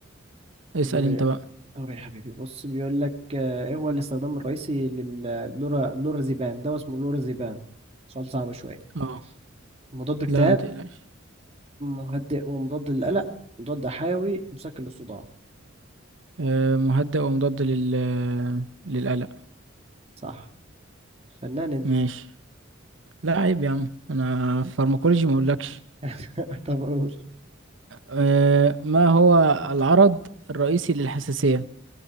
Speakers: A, on the right; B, on the right.
A: اسأل
B: دوري
A: انت بقى
B: دوري يا حبيبي بص بيقول لك آه، ايه هو الاستخدام الرئيسي للورازيبام ده اسمه لورازيبام سؤال صعب شوية
A: اه
B: مضاد اكتئاب
A: لا متقلقش
B: مهدئ ومضاد للقلق مضاد حيوي مسكن للصداع
A: آه، مهدئ ومضاد لل للقلق
B: صح فنان انت
A: ماشي لا عيب يا عم انا فارماكولوجي ما اقولكش
B: <laughs> طب قول
A: آه، ما هو العرض الرئيسي للحساسية